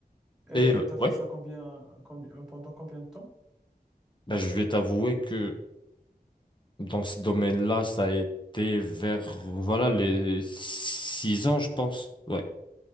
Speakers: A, in the centre; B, on the left (about 30°).
A: Et
B: Et euh,
A: t'as fait
B: ouais,
A: ça combien, combien, euh, pendant combien de temps?
B: bah, je vais t'avouer que dans ce domaine-là, ça a été vers, voilà, les six ans, je pense. Ouais,